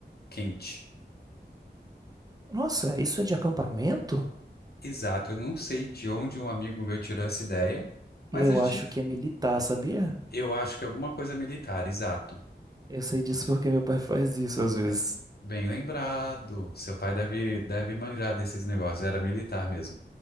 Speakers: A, on the left; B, on the right.
A: Quente.
B: Nossa, isso é de acampamento?
A: Exato, eu não sei de onde um amigo meu tirou essa ideia, mas
B: Eu
A: a gente.
B: acho que é militar, sabia?
A: Eu acho que é alguma coisa militar, exato.
B: Eu sei disso porque meu pai faz isso às vezes.
A: É, Bem lembrado. Seu pai deve, deve manjar desses negócios, era militar mesmo.